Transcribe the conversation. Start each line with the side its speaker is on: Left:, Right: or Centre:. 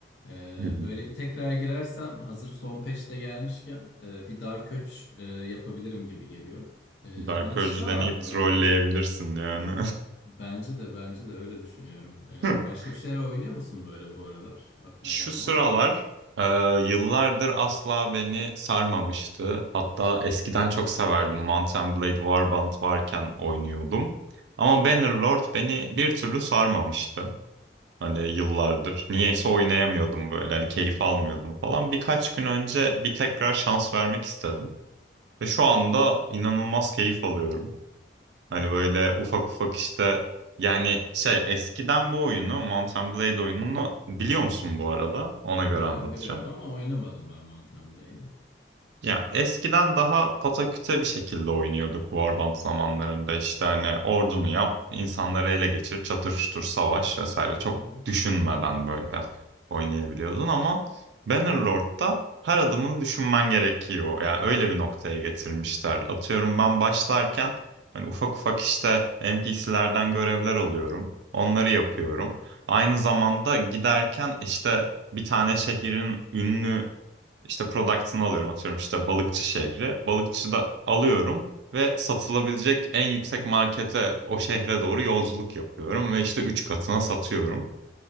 Left: Ee,
Right: Hı hı.
Left: böyle bir tekrar girersem hazır son patch de gelmişken e, bir Dark Urge e, yapabilirim gibi geliyor. Ee,
Right: Dark
Left: onun
Right: Urge'ü
Left: dışında
Right: deneyip
Left: var mı
Right: trolleyebilirsin
Left: böyle?
Right: yani.
Left: Bence de bence de öyle düşünüyorum. Ee,
Right: <laughs>
Left: başka bir şeyler oynuyor musun böyle bu aralar? Aklına
Right: Şu
Left: gelen
Right: sıralar
Left: var mı?
Right: e, yıllardır asla beni sarmamıştı. Hatta eskiden çok severdim. Mount and Blade Warband varken oynuyordum. Ama
Left: Hı
Right: Bannerlord beni bir türlü sarmamıştı. Hani yıllardır. Niyeyse oynayamıyordum böyle. Hani keyif almıyordum falan. Birkaç gün önce bir tekrar şans vermek istedim. Ve şu anda inanılmaz keyif alıyorum. Hani
Left: hı.
Right: böyle ufak ufak işte yani şey eskiden bu oyunu Mountain Blade oyununu biliyor musun bu arada? Ona göre
Left: Biliyorum
Right: anlatacağım.
Left: biliyorum ama oynamadım ben Mountain Blade'i.
Right: Ya eskiden daha pataküte bir şekilde oynuyorduk Warband zamanlarında işte hani ordunu yap, insanları ele geçir, çatıştır, savaş vesaire çok
Left: Hı hı.
Right: düşünmeden böyle oynayabiliyordun ama Bannerlord'da her adımını düşünmen gerekiyor. Yani öyle bir noktaya getirmişler. Atıyorum ben başlarken hani ufak ufak işte NPC'lerden görevler alıyorum. Onları yapıyorum. Aynı zamanda giderken işte bir tane şehrin ünlü işte product'ını alıyorum atıyorum işte balıkçı şehri. Balıkçı da alıyorum ve satılabilecek en yüksek markete o şehre doğru yolculuk yapıyorum ve işte üç katına satıyorum.